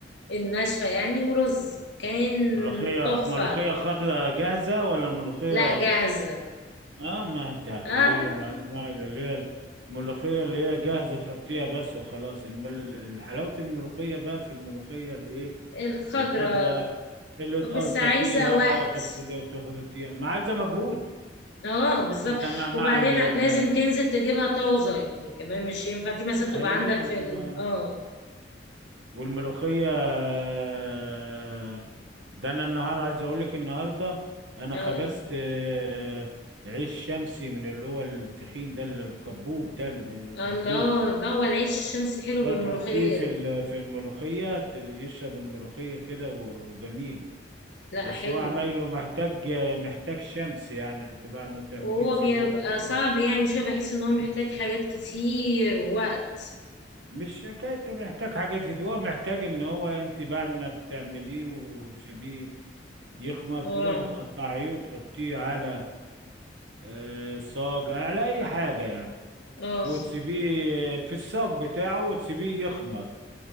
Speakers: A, on the left (about 70°); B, on the right (about 80°).
A: الناشفة يعني ورز كان
B: ملوخية
A: تحفة
B: ملوخية خضراء جاهزة ولا ملوخية
A: لا جاهزة
B: اه ما انت هتقولي
A: آه
B: لي ما اسمع اللي هي الملوخيه اللي هي جاهزه تحطيها بس وخلاص الم- حلاوه الملوخيه بقى في الملوخيه اللي ايه
A: الخضرة
B: الخضراء اللي تقرطفيها
A: بس عايزة وقت
B: فيها بقى وتغسليها وتخلطيها ما عايزه مجهود
A: اه بالظبط
B: انما مع
A: وبعدين
B: ال آه،
A: لازم تنزل تجيبها طازة يعني كمان مش ينفع دي مثلا
B: ما
A: تبقى
B: هي
A: عندك
B: لازم
A: في
B: تبقى
A: ال... اه
B: والملوخيه آه، ده انا النهارده عايز اقول لك النهارده انا
A: اه
B: خبزت آه، عيش شمسي من اللي هو التخين ده اللي- الكبوب ده اللي بناكلوه
A: آه، الله لا هو العيش الشمسي حلو
B: ده
A: بالملوخية
B: تحطيه في ال- في الملوخية ت- يشرب الملوخية كده و- وجميل
A: لا
B: بس
A: حلو
B: هو عمايله محتاج محتاج شمس يعني انت بعد ما تعمليه
A: وهو
B: تسيبيه
A: بيبقى
B: يتخمر
A: صعب يعني شوية بحس ان هو محتاج
B: <clears throat>
A: حاجات كتير وقت
B: مش حكاية محتاج حاجات كتير هو محتاج ان هو انت بعد ما بتعمليه وتسيبيه يخمر
A: اه
B: كده بتقطعيه وتحطيه على آه، صاج على اي حاجة يعني
A: اه
B: وتسيبيه في الصاج بتاعه وتسيبيه يخمر